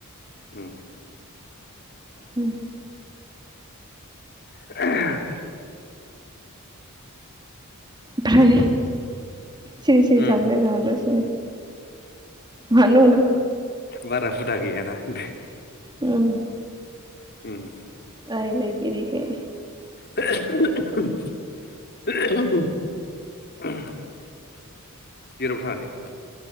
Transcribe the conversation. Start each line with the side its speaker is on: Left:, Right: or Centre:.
Left: उम।
Right: उम।
Left: <inaudible>
Right: बाय सिरि सिरि
Left: उम
Right: थागु लायो नामा दसेनो मान होनबाव नांगौ?
Left: बारा हुदा गैयाना होनदो।
Right: उम।
Left: उम
Right: रायलाय फेरिखाय
Left: जेरावबो थाङाखै?